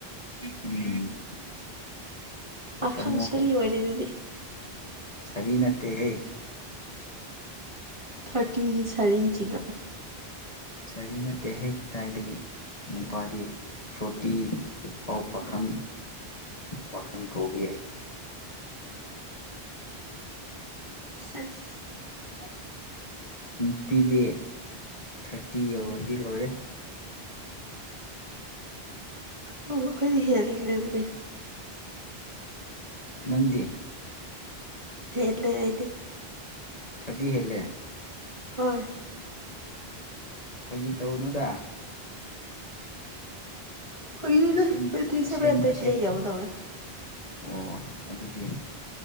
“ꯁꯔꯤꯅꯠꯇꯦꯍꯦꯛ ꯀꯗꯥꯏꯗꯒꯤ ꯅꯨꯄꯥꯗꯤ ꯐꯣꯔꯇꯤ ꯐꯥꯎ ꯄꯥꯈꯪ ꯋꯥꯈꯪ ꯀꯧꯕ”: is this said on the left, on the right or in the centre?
Left